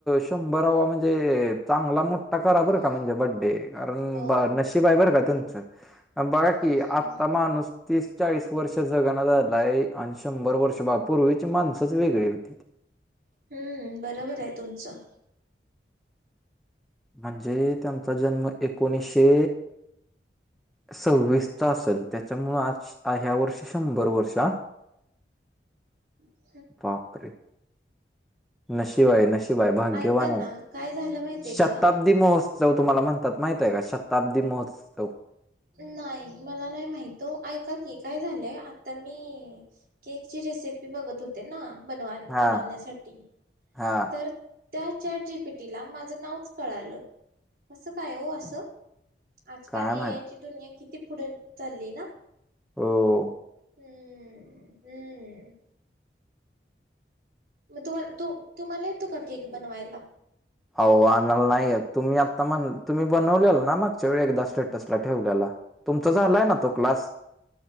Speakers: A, in the centre; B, on the right.
A: शंभरावा म्हणजे चांगला मोठा त करा बरं
B: हम्म
A: का म्हणजे बड्डे कारण
B: हो
A: नशीब आहे बरं का त्यांचं. बघा की
B: हम्म
A: आता माणूस तीस चाळीस वर्ष जगण झालाय आणि शंभर वर्ष पूर्वीची माणसच वेगळी होती.
B: हम्म बरोबर आहे तुमचं.
A: म्हणजे त्यांचा जन्म एकोणीसशे सव्वीस असेल त्याच्यामुं आज ह्या वर्षी शंभर वर्षा
B: हम्म
A: बापरे नशिब आहे नशीब शिवाय भाग्यवान
B: ऐका
A: आहेत
B: ना काय झालं माहितीय
A: शताब्दी
B: का
A: महोत्स चव तुम्हाला म्हणतात माहितय का शताब्दी महोत्सव
B: नाही मला नाही माहितो ऐका की काय झालंय आता मी केकची रेसिपी बघत होते ना. बनवा,
A: हा
B: बनवण्यासाठी.
A: हा.
B: तर त्या, चॅट जीपीटीला माझं नावच कळालं कसं, काय हो असं? आजकाल
A: काय माहित
B: ए आय ची दुनिया किती पुढे चालली ना!
A: हो.
B: हम्म, हम्म. मग तुम्हाला, तू तुम्हाला येतो का, केक बनवायला?
A: अहो आणला नाही येत. तुम्ही आता म्हण, तुम्ही बनवलेला ना? मागच्या वेळी एकदा स्टेटसला ठेवलेला. तुमचा झालंय ना तो क्लास?